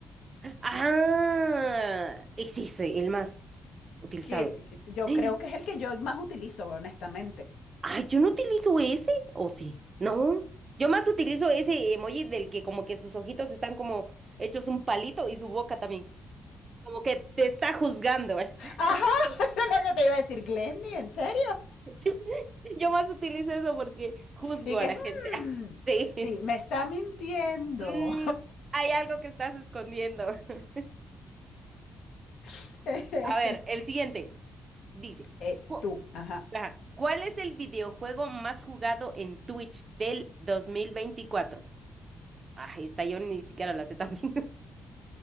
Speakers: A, on the right; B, on the left.
A: Ah, es ese, el más utilizado.
B: Que yo
A: Ay,
B: creo que es el que yo más utilizo, honestamente.
A: Ay, yo no utilizo ese, ¿o sí? No. Yo más utilizo ese emoji del que como que sus ojitos están como hechos un palito y su boca también. Como que te está juzgando. <laughs>
B: Ajá,
A: Como-
B: <laughs> eso es lo que te iba a decir, Glendy, ¿en serio?
A: Sí, yo más utilizo eso porque juzgo
B: Y que,
A: a la gente. <laughs>
B: hmm,
A: Sí.
B: sí, me está mintiendo.
A: Mm, hay algo que estás escondiendo. <laughs>
B: <laughs>
A: A ver, el siguiente dice,
B: Eh,
A: "Cu-
B: tú, ajá.
A: Ajá. ¿Cuál es el videojuego más jugado en Twitch del 2024? Ah, esta yo ni siquiera la sé también. <laughs>